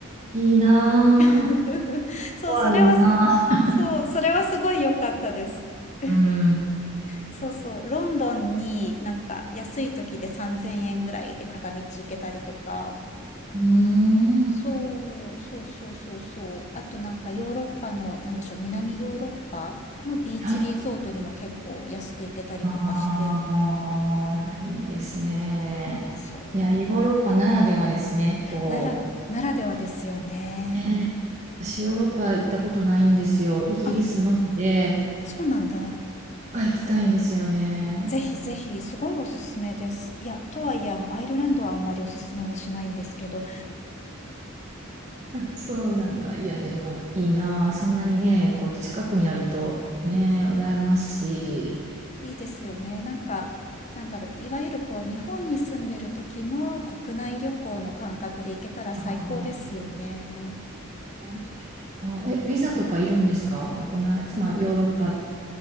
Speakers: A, on the right; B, on the left.
A: いいなぁ。
B: <laughs> そう、
A: コアいいなあ
B: それは、そう、それはすごい良かったです。<laughs>
A: うん。う
B: そうそう、ロンドンになんか安い時で3000円ぐらいで片道行けたりとか、
A: ーん。
B: そう、そうそうそうそう。あとなんかヨーロッパの、なんでしょう、南ヨーロッパのビーチリゾートにも結構安く行けたりとかして。
A: はい。ああ、いいですね。
B: そう。
A: いや、ヨーロッパならではですね。こ
B: なら、ならではですよね。
A: う、ね私ヨーロッパ行ったことないんですよ。イギリスのみで、
B: あ、そうなんだ。
A: が行きたいんですよね。
B: ぜひぜひ、すごいおすすめです。いや、とはいえ、あの、アイルランドはあんまりおすすめはしないんですけど、
A: そうなんだ。いや、でもいいなあそんなにね、こう近くにあるとね、羨ましい。
B: いいですよね。なんか、なんだろう、いわゆるこう、日本に住んでる時の国内旅行の感覚で行けたら最高ですよね。
A: あーあ、え、ビザとかいるんですか国内、まあ、ヨーロッパ、